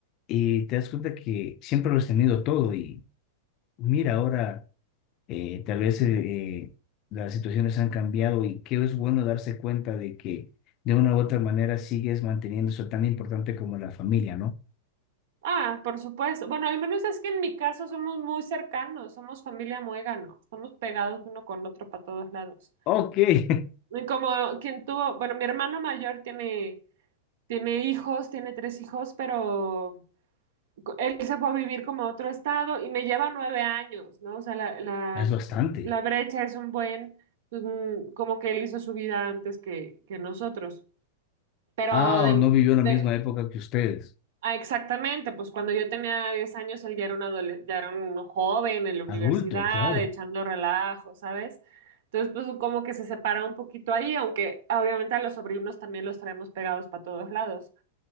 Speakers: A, on the left; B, on the right.
A: y te das cuenta que siempre lo has tenido todo, y mira, ahora eh, tal vez eh, eh, las situaciones han cambiado, y que es bueno darse cuenta de que de una u otra manera sigues manteniendo eso tan importante como la familia, ¿no?
B: Ah, por supuesto. Bueno, al menos es que en mi caso somos muy cercanos, somos familia muégano, estamos pegados uno con otro para todos lados.
A: Ok. <laughs>
B: Y como quien tuvo, bueno, mi hermano mayor tiene, tiene hijos, tiene tres hijos, pero co- él se fue a vivir como a otro estado y me lleva nueve años, ¿no? O sea, la, la,
A: Es bastante.
B: la brecha es un buen, pues, mm, como que él hizo su vida antes que, que nosotros. Pero
A: Ah,
B: de,
A: o no vivió la
B: de-
A: misma época que ustedes.
B: Ah, exactamente, pues cuando yo tenía 10 años él ya era un adole- ya era un joven en la universidad,
A: Adulto, claro.
B: echando relajo, ¿sabes? Entonces, pues como que se separa un poquito ahí, aunque obviamente a los sobrinos también los traemos pegados para todos lados.